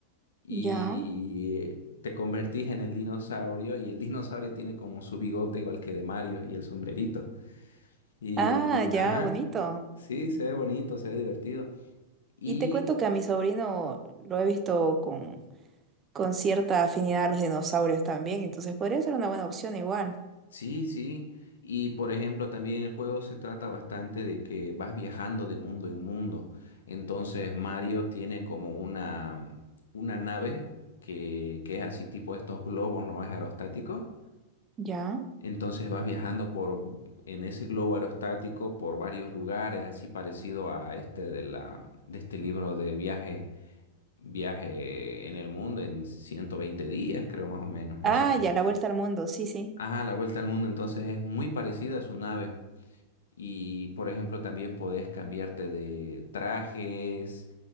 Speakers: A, on the left (about 85°); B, on the right (about 25°).
A: Y
B: Ya.
A: te convertís en el dinosaurio y el dinosaurio tiene como su bigote igual que de Mario y el sombrerito. Y,
B: Ah, ya,
A: ajá,
B: bonito.
A: sí, se ve bonito, se ve divertido. Y
B: Y te cuento que a mi sobrino lo he visto con, con cierta afinidad a los dinosaurios también, entonces podría ser una buena opción igual.
A: Sí, sí. Y por ejemplo, también el juego se trata bastante de que vas viajando de mundo en mundo. Entonces Mario tiene como una, una nave que, que es así tipo estos globos, ¿no? Es aerostático.
B: Ya.
A: Entonces vas viajando por en ese globo aerostático por varios lugares, así parecido a este de la, de este libro de viaje, viaje en el mundo en 120 días, creo más o menos. No
B: Ah,
A: sé si.
B: ya, la vuelta al mundo, sí, sí.
A: Ajá, la vuelta al mundo, entonces es muy parecida a su nave. Y, por ejemplo, también podés cambiarte de trajes,